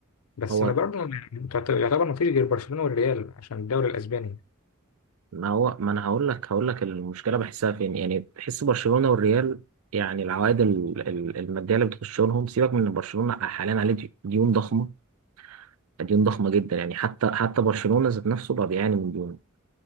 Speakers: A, on the left; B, on the right.
A: بس
B: هو
A: ما برضه يعني تعت- يعتبر ما فيش غير برشلونة والريال عشان الدوري الأسباني
B: ما هو ما أنا هقول لك هقول لك المشكلة بحسها فين يعني بحس برشلونة والريال يعني العوائد ال- ال- المادية اللي بتخش لهم سيبك من إن برشلونة حاليا عليه ديون ضخمة ديون ضخمة جدا يعني حتى حتى برشلونة ذات نفسه بقى بيعاني من ديون